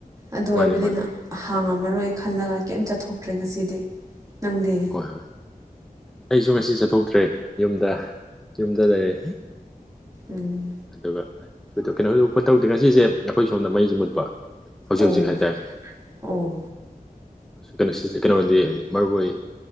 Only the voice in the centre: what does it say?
ꯃꯥꯅꯦ ꯃꯥꯅꯦ
ꯍꯣꯏ ꯑꯩꯁꯨ ꯉꯁꯤ ꯆꯠꯊꯣꯛꯇ꯭ꯔꯦ ꯌꯨꯝꯗ ꯌꯨꯝꯗ ꯂꯩꯔꯦ
ꯑꯗꯨꯒ <unintelligible> ꯉꯁꯤꯁꯦ ꯑꯩꯈꯣꯏ ꯁꯣꯝꯗ ꯃꯩꯁꯨ ꯃꯨꯠꯄ ꯍꯧꯖꯤꯛ
ꯍꯧꯖꯤꯛ ꯍꯥꯏꯇꯥꯔꯦ
ꯀꯩꯅꯣ ꯁꯤꯁ ꯀꯩꯅꯣꯗꯤ ꯃꯔꯨ ꯑꯣꯏ